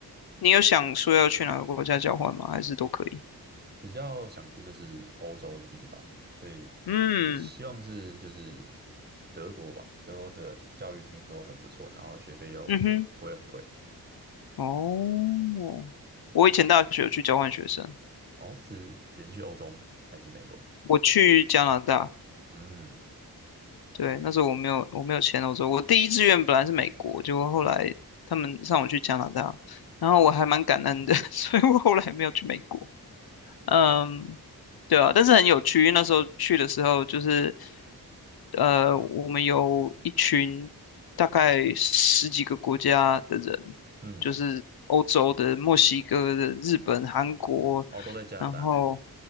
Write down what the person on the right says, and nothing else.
比较想去就是欧洲的地方，所以
希望是就是德国吧。德国的教育听说很不错，然后学费又不会很贵。
哦，是也是去欧洲吗？还是美国？
嗯。
哦，
嗯，
哦，都在加拿大那样，